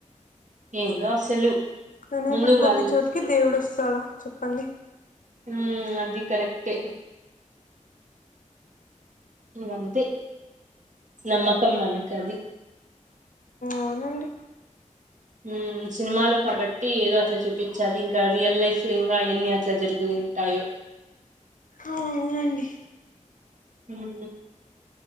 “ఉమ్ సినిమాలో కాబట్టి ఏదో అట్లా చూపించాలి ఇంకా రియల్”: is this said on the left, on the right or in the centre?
Right